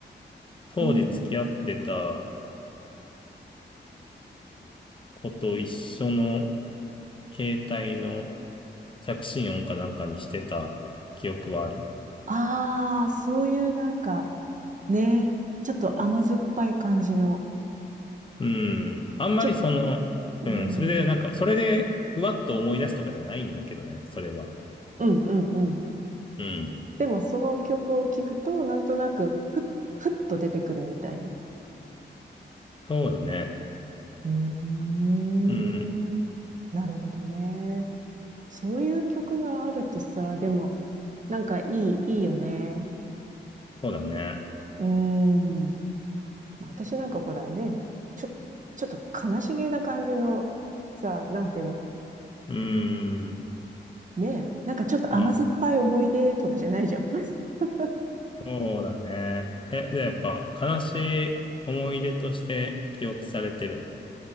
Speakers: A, on the left; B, on the right.
A: 当時付き合ってた
B: うん。
A: 子と一緒の携帯の着信音かなんかにしてた記憶はあるね。
B: ああ、そういうなんか、ね、ちょっと甘酸っぱい感じの、
A: うん。あんまりその、
B: ちょっ、うーん、
A: うん、それでなんか、それでふわっと思い出すとかじゃないんだけどね、それは。
B: うん、うん、うん。
A: うん。
B: でもその曲を聴くと、なんとなく、ふふっと出てくるみたいな。
A: そうだね。
B: うーん。
A: うん。
B: なるほどね。そういう曲があるとさ、でも、なんかいい、いいよね。
A: そうだね。
B: うーん。私なんかほらね、ちょっと、ちょっと悲しげな感じの、さ、なんていうの
A: うん。
B: ねえ、なんかちょっと甘酸っぱい思い出とかじゃないじゃん。
A: あ
B: <laughs>
A: そうだね。え、じゃあやっぱ悲しい思い出として記憶されてるの